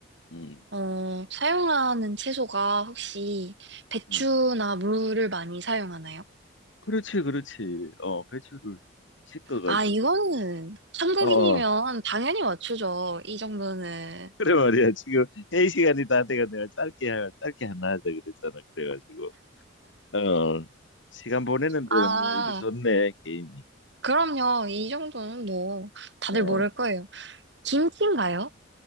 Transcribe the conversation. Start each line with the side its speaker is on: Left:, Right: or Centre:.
Left: 음,
Right: 어, 사용하는 채소가 혹시 배추나
Left: 음.
Right: 무를 많이 사용하나요?
Left: 그렇지, 그렇지. 어, 배추를 씻어가지고.
Right: 아, 이거는 한국인이면
Left: 어, 어.
Right: 당연히 맞추죠. 이 정도는.
Left: 그래 말이야. 지금 회의 시간이 다 돼가 내가 짧게, 하- 짧게 하나 하자 그랬잖아. 그래가지고. 어, 시간 보내는 데는
Right: 아,
Left: 뭐 이거 좋네 게임이.
Right: 그럼요. 이 정도는 뭐, 다들
Left: 어,
Right: 모를 거예요. 김치인가요?